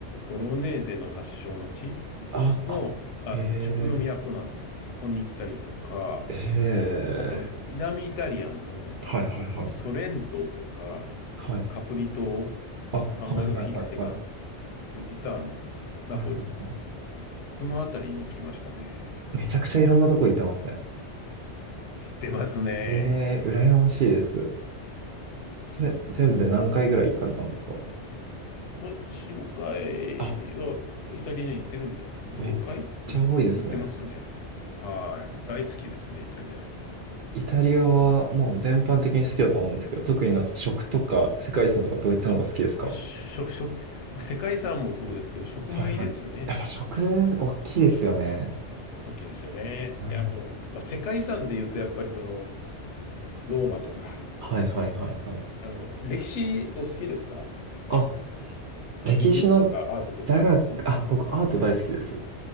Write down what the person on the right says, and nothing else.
あ、
あ、
へ
え。
へえ。
はいはいはい。
はい。
あ、はいはいはいはい。
はいはいはい。
めちゃくちゃいろんなとこ行ってますね。
ええ、羨ましいです。それ、全部で何回ぐらい行かれたんですか
あ、
めっちゃ多いですね。
イタリアはもう全般的に好きだと思うんですけど、特になんか食とか世界遺産とかどういったのが好きですか
はいはい。やっぱ食、大きいですよね。
うん。
はいはいはいはい。
あ、歴史の
座学、
あ、僕アート大好きです。